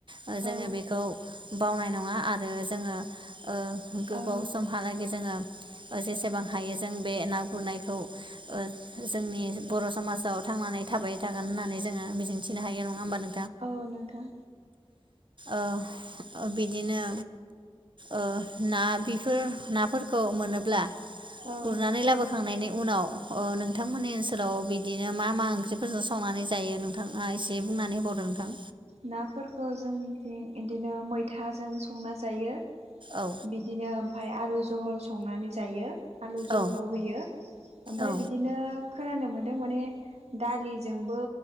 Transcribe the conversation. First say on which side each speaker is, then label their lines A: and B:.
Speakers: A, on the right; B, on the right.
A: ओ जोङो
B: औ
A: बेखौ बावनाय नङा आरो जोङो ओ गोबाव
B: औ
A: समहालागै जोङो जेसेबां हायो जों बे ना गुरनायखौ ओ जोंनि बर' समाजाव थांनानै थाबाय थागोन होननानै जोङो मिजिंथिनो हायो नङा होमबा नों
B: औ नोंथां
A: ओ बिदिनो ओ ना बेफोर नाफोरखौ मोनोब्ला
B: औ
A: गुरनानै लाबो थांनायनि उनाव ओ नोंथांमोननि ओनसोलाव बिदिनो मा मा ओंख्रिफोरजों संनानै जायो नोंथाङा एसे बुंनानै हर नोंथां
B: नाफोरखौ जोंनिथिं इदिनो मैथाजों संना जायो।
A: औ
B: बिदिनो ओमफाय आलु जहल संनानै जायो। आलु जहलाव
A: औ
B: होयो ओमफाय
A: औ
B: बिदिनो खोनानो मोन्दों माने दालिजोंबो